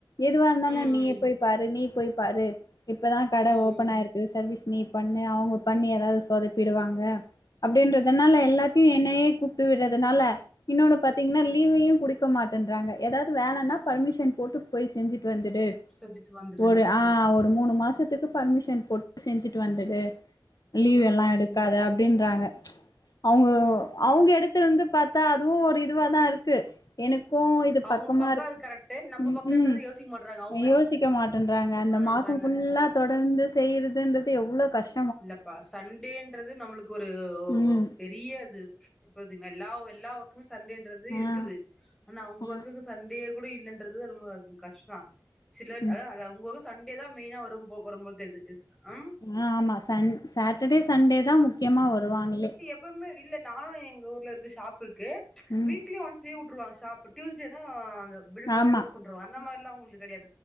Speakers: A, on the left (about 60°); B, in the centre.
A: எதுவா இருந்தாலு
B: ம் ம்
A: நீய போய் பாரு நீ போய் பாரு இப்பதா கட
B: ம் ம்
A: ஓபன் ஆயிருக் கு சர்வீஸ் நீ பண்ணு அவுங்க பண்ணி ஏதாவது சொதப்பிருவாங்க அப்டின்றதுனால எல்லாத்தையு என்னையே கூப்ட்டு விடுறதுனால இன்னொன்னு பாத்தீங்கன்னா
B: ம்
A: லீவையு‌ குடுக் டுக்க மாட்டேன்றாங்க ஏதாவது வேலன்னா பர்மிஷன் போட்டு போய் செஞ்சுட்டு வந்துடு
B: செஞ்சுட்டு வந்துரு
A: ஒரு ஆ ஒரு மூணு மாசத்துக்கு பர்மிஷன் போட் செஞ்சுட்டு வந்துடு லீவ்
B: ம்
A: எல்லா
B: ம்
A: எடுக்காது அப்டின்றாங்க அவுங்க அவுங்க எடத்துல இருந்து பாத் தா அதுவு ஒரு இதுவா தா இருக்கு எனக்கு இது
B: அவங்க
A: பக்கமா
B: பக்கோ
A: இருக்கு
B: அது கரெக்ட் நம்ம
A: ம்
B: பக்கன்றது
A: ம்
B: யோசிக்க மாட்றாங்க அவங்க
A: யோசி க்க மாட்டேன்றாங்க அந்த
B: பண்றாங்க
A: மாசோ ஃபுல்லா
B: அதா
A: தொடர்ந்து செய்யறதுன்றது எவ்ளோ கஷ்
B: இல்லப்பா சண்டேன்றது நம்மளுக்கு ஒரு ஒ
A: ம்
B: ஒ பெரிய அது இப்பதுங்க எல்லா எல்லா ஒர்க்குமே சண்டேன்றது
A: ஆ
B: இருக்குது ஆனா அ உங்க
A: ஆ
B: ஒர்க்குக்கு சண்டே கூட இல்லன்றது தா ரொம்ப அது கஷ்டோ சில ட
A: ம்
B: அதா அதா அவுங்க அவுங்க சண் டேதா மெயினா வரும் போ வரும் போது தெர்து எஸ் ஆ
A: ஆ ஆமா சண் சேட்டர்டே சண்டே தா முக்கியமா வருவாங்களே
B: எப்போ மே இல்ல நா எங்க ஊர்ல இருக்கு ஷாப் இருக்கு
A: ம்
B: வீக்லி ஒன்ஸ் லீவ் வுட்டுருவாங்க ஷாப் டியூஸ்டேனா அந்த பிள்ளு ஃபுல்லா
A: ஆமா
B: க்ளோஸ் பண்றுவாங்க அந்த மாரிலா உங்களுது கடையாது